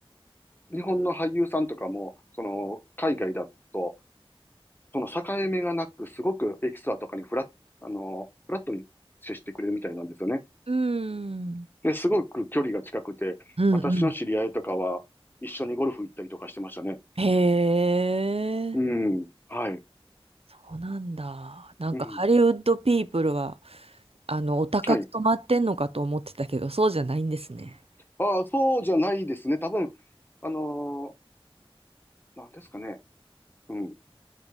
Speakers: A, on the left; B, on the right.
A: 日本の俳優さんとかも、その、海外だと、その境目がなく、すごくエキストラとかにフラッ、あの、フラットに接してくれるみたいなんですよね。
B: うん。
A: で、すごく距離が近くて、
B: うんう
A: 私の知り合いとかは一緒にゴルフ行ったりとかしてましたね。
B: ん。へえ。
A: うん。はい。
B: そうなんだ。なんかハリウッドピープルは、
A: うん。
B: あの、お高く泊まってんのかと思ってたけど、
A: はい。
B: そうじゃないんですね。
A: ああ、そうじゃないですね。多分、あのーなんですかね。うん。